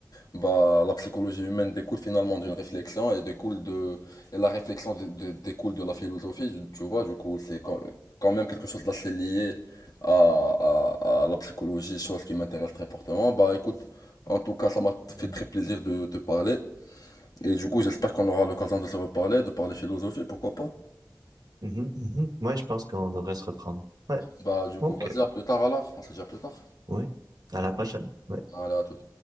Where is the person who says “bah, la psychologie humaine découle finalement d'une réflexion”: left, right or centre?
Left